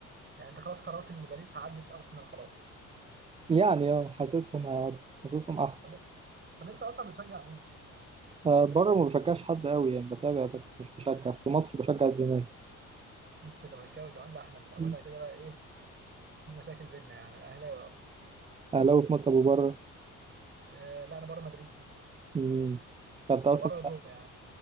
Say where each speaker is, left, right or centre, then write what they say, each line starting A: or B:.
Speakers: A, on the right; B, on the right.
A: يعني انت خلاص قررت ان باريس عدت ارسنال خلاص
B: يعني اه حاسسهم هيعدوا حاسسهم احسن
A: طب طب انت اصلا بتشجع مين
B: آه بره ما بشجعش حد قوي يعني بتابع بس مش بشجع في مصر بشجع الزمالك
A: انت زملكاوي كمان لا احنا من اولها
B: مم.
A: كده بقى ايه في مشاكل بينا يعني انا اهلاوي اصلا
B: اهلاوي في مصر وبره
A: آه... لا انا بره مدريد دي
B: امم انت اصلا
A: فبره
B: مش
A: وجوه
B: ع-
A: يعني